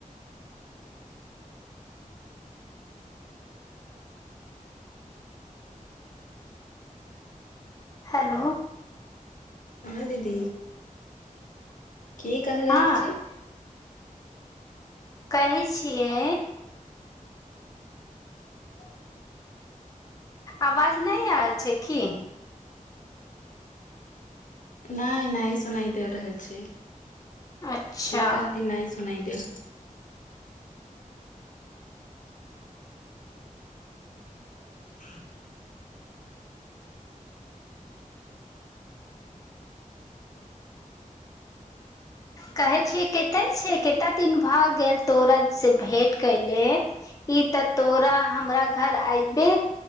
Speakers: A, on the left; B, on the left.
A: हेलो
B: हँ दीदी की कहि रहल
A: हँ
B: छी
A: कहै छियै
B: <inaudible>
A: आवाज नहि आयल छै की
B: नहि नहि सुनाइ देेल रहै छै <inaudible>
A: अच्छा
B: की कहली नहि सुना देेल <unintelligible>
A: कहै छियै कते छ कतेक दिन भऽ गेल तोरत से भेंट कयले ई तऽ तोरा हमरा घर अयबे